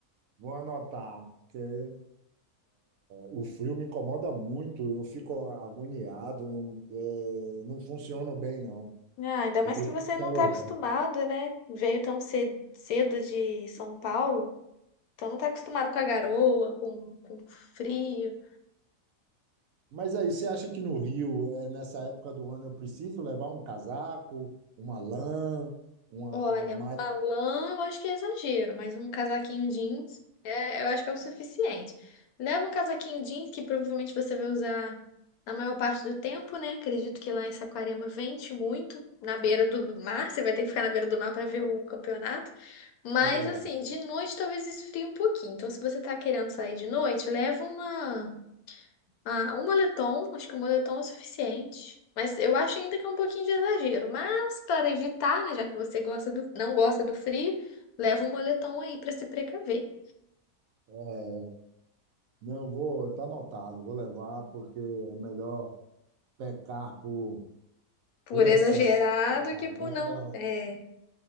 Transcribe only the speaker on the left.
Ah, ainda mais
que você não
tá acostumado, né? Veio tão cedo, cedo de São Paulo, então não tá acostumado com a garoa, com, com frio.
Olha,
a lã eu acho que é exagero, mas um casaquinho jeans é, eu acho que é o suficiente. Leva um casaquinho jeans que provavelmente você vai usar na maior parte do tempo, né? Acredito que lá em Saquarema vente muito, na beira do, do mar, você vai ter que ficar na beira do mar para ver o campeonato. Mas
assim, de noite talvez esfrie um pouquinho. Então, se você tá querendo sair de noite, leva uma ah, um moletom, acho que um moletom é suficiente. Mas eu acho ainda que é um pouquinho de exagero. Mas para evitar, né, já que você gosta do, não gosta do frio, leva um moletom aí para se precaver.
Por
É. exagerado
que por não. É.